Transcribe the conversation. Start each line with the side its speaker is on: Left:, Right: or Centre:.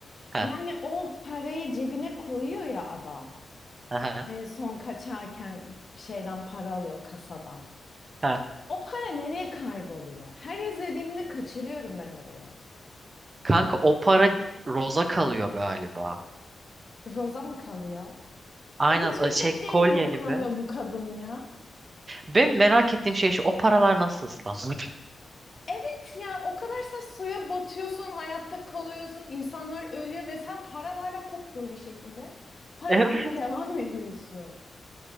Right: Ha,
Left: Yani o parayı cebine koyuyor ya adam.
Right: ha, ha.
Left: En son kaçarken şeyden para alıyor kasadan.
Right: ha.
Left: O para nereye kayboluyor? Her izlediğimde kaçırıyorum ben oraya.
Right: Kanka o para Rose'a kalıyor galiba.
Left: Roza mı kalıyor?
Right: Aynen
Left: E hiç mi
Right: e, şey
Left: ceplerini
Right: kolye
Left: yoklamıyor
Right: gibi.
Left: bu kadın ya?
Right: Ben merak ettiğim şey şu o paralar nasıl ıslanmadı?
Left: Evet ya o kadar sen suya batıyorsun, hayatta kalıyorsun, insanlar ölüyor ve sen paran hala kupkuru bir şekilde hayatına
Right: <laughs>
Left: <laughs> devam ediyorsun.